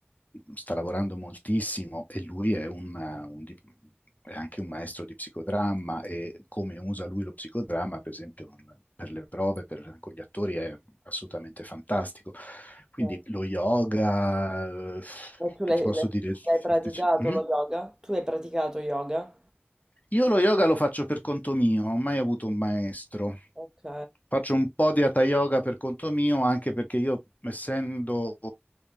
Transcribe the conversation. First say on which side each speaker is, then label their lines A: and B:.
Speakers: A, on the left (about 40°); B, on the right (about 15°).
A: sta lavorando moltissimo e lui è, un, un di- è anche un maestro di psicodramma e come usa lui lo psicodramma, per esempio, non- per le prove, per, con gli attori è assolutamente fantastico. Quindi
B: ok.
A: lo yoga, eh,
B: Ma tu
A: che
B: l'hai
A: ti posso
B: l'hai-
A: dire?
B: l'hai praticato
A: Mm?
B: lo yoga? Tu hai praticato yoga?
A: Io lo yoga lo faccio per conto mio, non ho mai avuto un maestro.
B: Ok,
A: Faccio un po' di hatha yoga per conto mio, anche perché io, essendo,